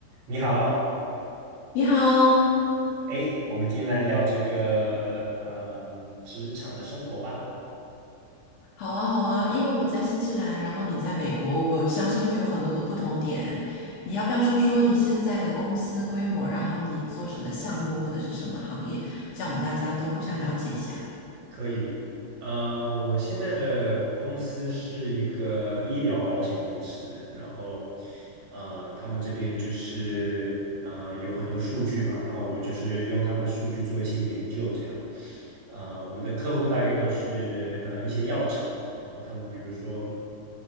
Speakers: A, on the right; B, on the left.
A: 你好，
B: 你好，
A: 哎，我们今天来聊这个，嗯，职场的生活吧，
B: 好啊，好啊，因为我在新西兰，然后你在美国，我相信会有很多的不同点。你要不要说说你现在的公司规模，然后你做什么项目或者是什么行业，这样我们大家都互相了解一下。
A: 可以。呃，我现在的公司是一个医疗保险公司，然后，呃，他们这边就是，呃，有很多数据嘛，然后我就是用他们数据做一些研究，这样。呃，我们的客户大概都是呃一些药厂，然后他们比如说。